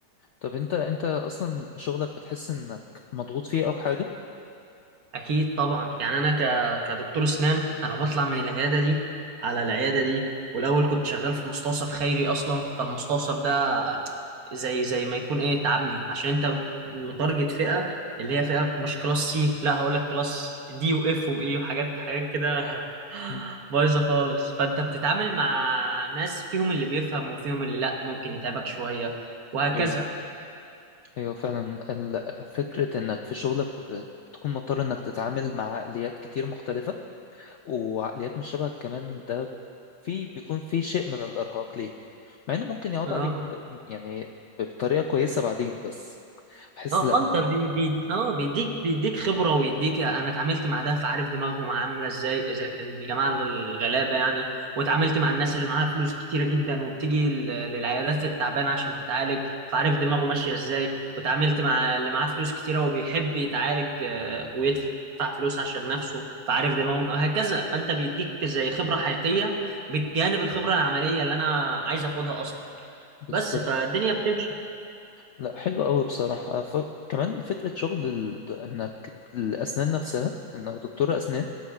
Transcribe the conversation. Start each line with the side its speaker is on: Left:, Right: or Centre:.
Left: طب انت انت اصلا شغلك بتحس انك مضغوط فيه او حاجة
Right: اكيد طبعا يعني انا ك... كدكتور اسنان انا بطلع من العياده دي على العياده دي والاول كنت شغال في مستوصف خيري اصلا فالمستوصف ده زي زي ما يكون ايه تعبني عشان انت متارجت فئه اللي هي فئه مش كلاس سي لا هقول لك كلاس دي واف واي وحاجات حاجات كده <laughs>
Left: مم.
Right: بايظه خالص فانت بتتعامل مع ناس فيهم اللي بيفهم وفيهم اللي لا ممكن يتعبك شويه وهكذا
Left: ايوه ايوه فعلا ال- فكرة انك في شغلك بتكون مضطر انك تتعامل مع عقليات كتير مختلفة وعقليات مش شبهك كمان ده في بيكون في شيء من الإرهاق ليك مع إنه ممكن يعود
Right: اه
Left: عليك ب- يعني بطريقة كويسة بعدين بس بحس
Right: اه
Left: لأ
Right: انت
Left: إنه
Right: بي... بي... اه بيديك بيديك خبره ويديك انا اتعاملت مع ده فعارف دماغهم عامله ازاي اذا كان الجماعه الغلابه يعني واتعاملت مع الناس اللي معاها فلوس كتيره جدا وبتيجي ل- للعيادات التعبانه عشان تتعالج فعارف دماغه ماشيه ازاي واتعاملت مع اللي معاه فلوس كتيره وبيحب يتعالج آه، ويدفع فلوس عشان نفسه فعارف دماغهم وهكذا فانت بيديك زي خبره حياتيه بجانب الخبره العمليه اللي انا عايز اخدها اصلا
Left: بالظبط
Right: بس فالدنيا بتمشي
Left: لأ حلو قوي بصراحة ف... كمان فكرة شغل ال... إنك الأسنان نفسها إنك دكتور أسنان